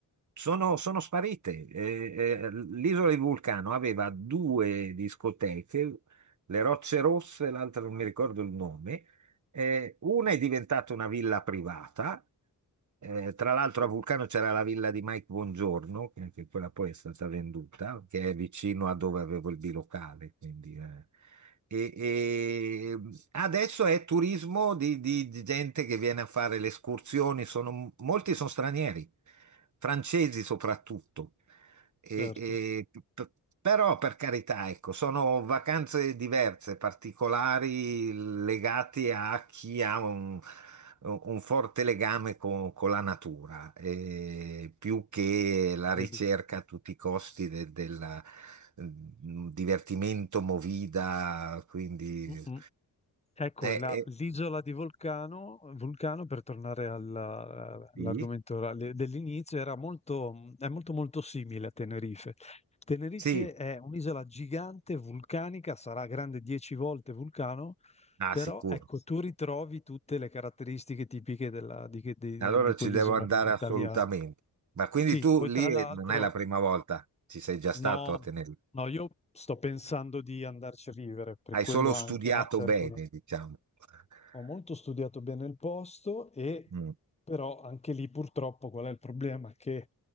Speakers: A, on the right; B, on the left.
A: Sono, sono sparite. Eh, eh, l'isola di Vulcano aveva due discoteche, le Rocce Rosse, l'altra non mi ricordo il nome, eh, una è diventata una villa privata, eh, tra l'altro
B: Sì.
A: a Vulcano c'era la villa di Mike Buongiorno, che, che quella poi è stata venduta, che è vicino a dove avevo il bilocale, quindi, eh. E, e adesso è turismo di, di- di gente che viene a fare le escursioni, sono- molti sono stranieri, francesi soprattutto. E-
B: Certo,
A: e- p- però per carità, ecco, sono vacanze diverse, particolari, legate a chi ha un, un forte legame con, con la natura, eh, più che la ricerca
B: vedi.
A: a tutti i costi de- del mm, divertimento movida, quindi...
B: Mm, mm. Ecco,
A: eh,
B: la-
A: eh,
B: l'isola di Vulcano, Vulcano, per tornare alla- all'argomento
A: sì,
B: orale dell'inizio, era molto, è molto molto simile a Tenerife. Tenerife
A: sì,
B: è un'isola gigante, vulcanica, sarà grande 10 volte Vulcano,
A: ah,
B: però
A: sicuro.
B: ecco, tu ritrovi tutte le caratteristiche tipiche della- di, che- di-
A: Allora
B: di quell'isola
A: ci devo andare
B: lì, italiana.
A: assolutamente. Ma quindi
B: Sì,
A: tu
B: poi
A: lì
B: tra
A: eh,
B: l'altro,
A: non è la prima volta, ci sei già
B: no,
A: stato a Tenerife.
B: no, io sto pensando di andarci a vivere, per
A: Hai
B: quello
A: solo studiato
B: anche, no? Cerco
A: bene,
B: di-
A: diciamo. <laughs>
B: ho molto studiato bene il posto e
A: Mm,
B: però anche lì purtroppo qual è il problema? Che